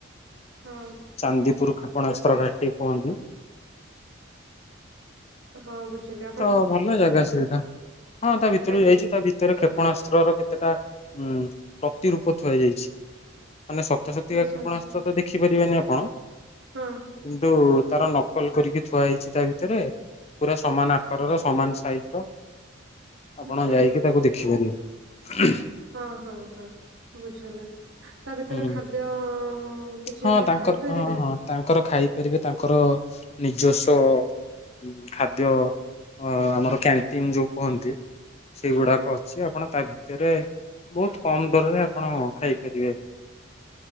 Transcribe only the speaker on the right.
ହଁ
ହଁ ବୁଝିଲେ ଆ
ଆଜ୍ଞା
ଆଚ୍ଛା
ଆଚ୍ଛା।
ହଁ
ଆଚ୍ଛା।
ହଁ ହଁ ହଁ ବୁଝିଲେ ତା ଭିତରେ
ଖାଦ୍ୟ କିଛି
ମାନେ
ଖାଇପାରିବେ?
ହଁ